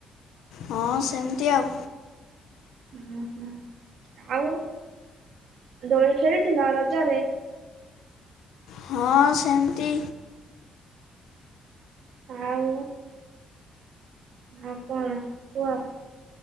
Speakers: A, on the left (about 80°); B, on the right (about 70°).
A: ହଁ ସେମିତି ଆଉ।
B: ଓ ହୁଁ ଆଉ ଦୋଳି ଖେଳିଥିଲ ରଜରେ?
A: ହଁ ସେମିତି।
B: ଆଉ ଆଉ କଣ କୁହ